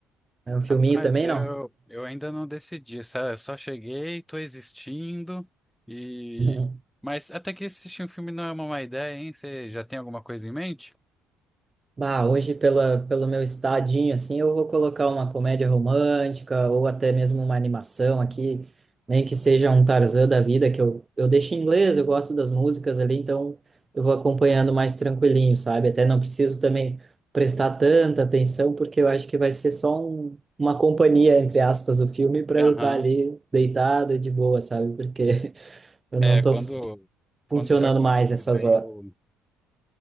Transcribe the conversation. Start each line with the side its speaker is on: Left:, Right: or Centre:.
Right: É um filminho
Centre: rapaz,
Right: também,
Centre: eu,
Right: não?
Centre: eu ainda não decidi, sabe? Eu só cheguei, tô existindo e...
Right: <laughs>
Centre: Mas até que assistir um filme não é uma má ideia, hein? Você já tem alguma coisa em mente?
Right: Bah, hoje, pela, pelo meu estadinho, assim, eu vou colocar uma comédia romântica ou até mesmo uma animação aqui, nem que seja um Tarzan da vida, que eu, eu deixo em inglês, eu gosto das músicas ali, então eu vou acompanhando mais tranquilinho, sabe? Até não preciso também prestar tanta atenção, porque eu acho que vai ser só um, uma companhia, entre aspas, o filme, para
Centre: Aham.
Right: eu estar ali deitado de boa, sabe? Porque <laughs> eu
Centre: É,
Right: não estou
Centre: quando, quando
Right: funcionando
Centre: já conhece
Right: mais essas
Centre: bem
Right: horas,
Centre: o...